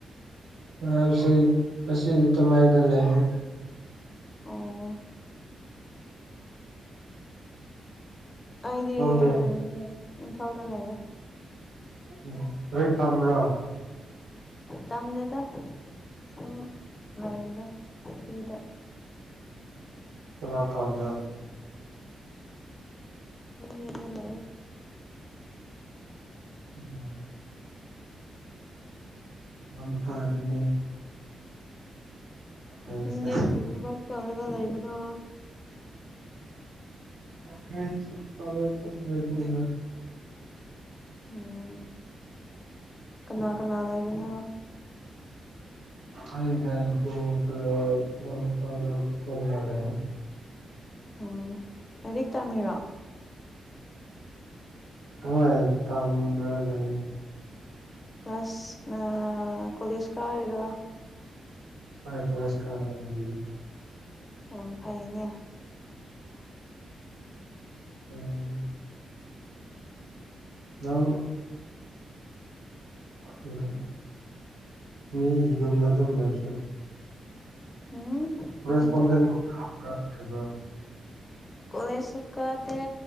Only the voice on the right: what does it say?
ꯍ ꯍꯧꯕꯁꯤ ꯇ ꯃꯥꯏꯗ ꯂꯩꯅꯦ
ꯅꯪꯗꯤ
ꯎ ꯍꯣꯏ ꯇꯥꯝ꯭ꯔꯥ
ꯆ ꯂꯥꯛ ꯇꯕ
ꯎꯝ ꯑ ꯐ ꯑꯗꯨꯅꯦ ꯅꯪꯁꯦ
ꯀ ꯇꯦ ꯑꯗꯨ ꯂꯩꯕꯅꯤꯅ
ꯑꯩꯒ ꯏꯇꯣꯒ ꯏꯃꯥꯛ ꯅꯨꯄꯥꯒ <unintelligible> ꯃꯥꯅꯩ꯫
ꯍꯣꯏ ꯇꯝꯕ꯭ꯔ ꯂꯩ
ꯍꯣꯏ ꯀꯣꯂꯦꯖ ꯀꯥꯔ ꯂꯩꯔꯤ꯫
ꯎꯝ꯫ ꯅꯪ <unintelligible> ꯃꯤꯒꯤ ꯌꯨꯝꯗ ꯗꯨꯝ ꯂꯩꯕꯁꯨ
ꯀꯣꯔꯦꯁꯄꯣꯟꯗꯦꯟꯒꯨꯝꯕ
ꯂꯥꯛꯄ꯭ꯔꯥ ꯂꯩꯕ꯭ꯔꯥ